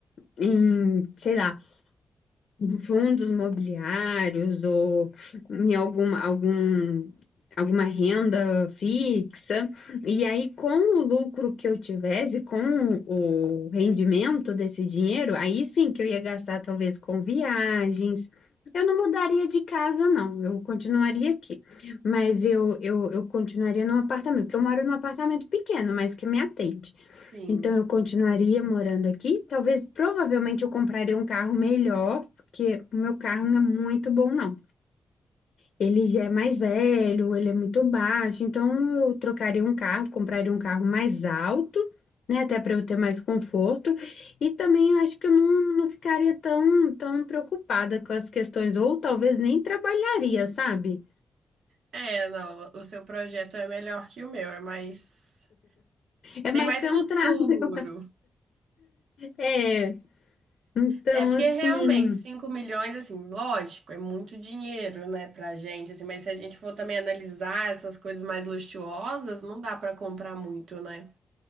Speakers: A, on the left; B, on the right.
A: Em, sei lá, em fundos imobiliários ou em alguma, algum, alguma renda fixa. E aí, com o lucro que eu tivesse, com o rendimento desse dinheiro, aí sim que eu ia gastar talvez com viagens. Eu não mudaria de casa, não. Eu continuaria aqui. Mas eu, eu, eu continuaria num apartamento, porque eu moro num apartamento pequeno, mas que me atende.
B: Sim.
A: Então eu continuaria morando aqui. Talvez, provavelmente, eu compraria um carro melhor, porque o meu carro não é muito bom, não. Ele já é mais velho, ele é muito baixo, então eu trocaria um carro, compraria um carro mais alto, né, até para eu ter mais conforto. E também acho que eu não, não ficaria tão, tão preocupada com as questões, ou talvez nem trabalharia, sabe?
B: É, não, o seu projeto é melhor que o meu, é mais
A: É
B: tem
A: mais
B: mais
A: ser
B: futuro.
A: um trabalho. <laughs> É, então
B: É porque
A: assim.
B: realmente 5 milhões assim, lógico, é muito dinheiro, né, pra gente assim, mas se a gente for também analisar essas coisas mais luxuosas, não dá pra comprar muito, né?